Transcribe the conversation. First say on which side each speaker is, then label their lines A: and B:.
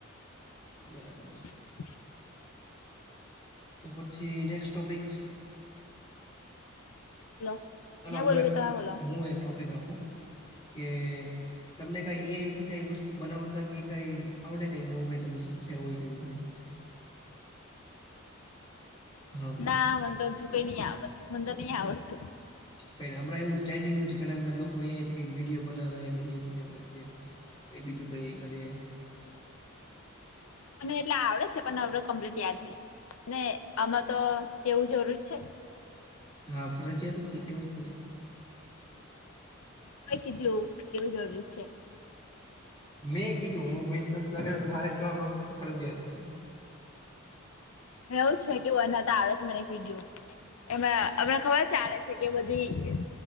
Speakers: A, on the left (about 25°); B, on the left (about 85°).
A: બરાબર છે.
B: <unintelligible>
A: તો, પછી નેક્સ્ટ ટોપિક.
B: <unintelligible>
A: ચાલ હું એક
B: કે તમે બોલો
A: હું એક ટોપિક આપું કે તમને કઈ એ આઈથી કઈ વસ્તુ બનાવતા કઈ આવડ કઈ નવું કઈ તમે શીખ્યા હોય કે એવું કઈ. હા
B: ના મ તોજું કઈ નહી આવડતું મ તો નહી આવડતું
A: ક હમણા એવું ટ્રેન્ડિંગ ઘણા બધા લોકો એ આઈ થી કઈ વિડીયો બનાવે એ રીતે ક છે. ક બીજું કઈ કરે
B: અને એટલે આવડે છે પણ આવડ કમ્પ્લીટ યાદ નહી ને આમાં તો કેવું જરૂર છે.
A: હા ફરજિયાત જ છે કેવું જ પડે
B: કોને કીધું કેવું જરૂરી છે.
A: મેં કીધું હું મેં પ્રશ્ન કર્યો મારે કેવાનો ફરજયાત છે.
B: એવું છે કેુંન <unintelligible> જ મને કીધયું એમ આપને ખબર છે ચાલે કે બધી